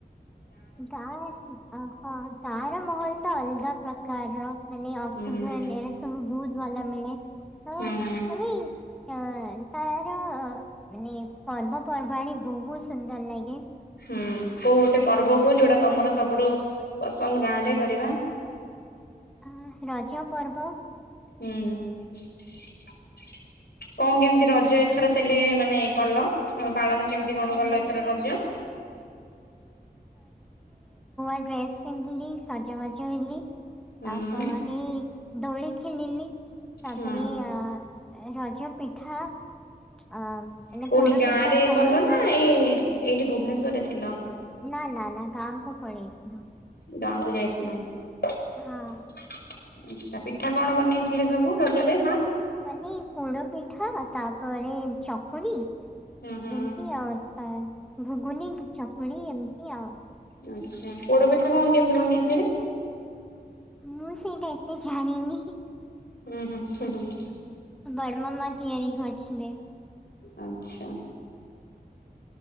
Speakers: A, in the centre; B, on the left (about 75°).
A: ଗାଁ ଅହ ଗାଁ ର ମହଲ ତ ଅଲଗା ପ୍ରକାରର। ମାନେ ଅକ୍ସିଜେନ
B: ହୁଁ ହୁଁ
A: ଏରା ସବୁ ବହୁତ ଭଲ ମିଳେ? କୋଉ
B: ହୁଁ ହୁଁ
A: ମାନେ ଅ ତାର ମାନେ ପର୍ବପର୍ବାଣି ବହୁତ ସୁନ୍ଦର ଲାଗେ।
B: ହୁଁ କୋଉ ଗୋଟେ ପର୍ବ କୋଉଚୁ। ଯୋଉଟା ତମର ସବୁଠୁ ପସନ୍ଦ ଗାଁ ରେ କରିବା।
A: ଆଁ ରଜ ପର୍ବ
B: ହୁଁ। ଙ୍କ କେମିତି ରଜ ଏଥର ସେଲେ ମାନେ କନ ଙ୍କ ପା କେମିତି କଣ
A: ଅ,
B: ଗଲ
A: ମାନେ
B: ଏଥର ରଜ?
A: ଡ୍ରେସ ପିନ୍ଧିଲି ସଜବାଜ ହେଲି।
B: ହୁଁ
A: ତାପରେ
B: ହୁଁ
A: ଦୋଳି ଖେଳିଲି। ତାପରେ
B: ହୁଁ
A: ଅ ରଜ ପିଠା ଅ ମାନେ
B: କୋଉଠି
A: ପୋଡ
B: ଗାଁ
A: ପିଠା
B: ରେ
A: ଖାଇଲି
B: କଲ ନା ଏଇ ଏଇଠି ଭୁବନେଶ୍ଵରରେ ଥିଲ?
A: ନା ନା ନା ଗାଁକୁ ପଳେଇଥିଲୁ
B: ଗାଁକୁ ଯାଇଥିଲ। ଆଛା
A: ହଁ
B: ପିଠା କଣ ବନେଇଥିଲେ ସବୁ ରଜରେ ମା?
A: ମାନେ ପୋଡ ପିଠା ତାପରେ ଚକୁଳି ଏମତି
B: ହୁଁ ହୁଁ।
A: ଆଉ ତା ଘୁଗୁନ ଚକୁଡି ଏମତି ଆଉ।
B: ଆଛା ପୋଡ ପିଠା କଣ କେମିତି ବନେଇଥିଲି?
A: ମୁଁ ସେଇଟା ଏତେ ଜାଣିନି।
B: ଉଁ ହୁଁ ଉଁ ହୁଁ।
A: ବଡମାମା ତିଆରି କରଥିଲେ।
B: ଆଛା।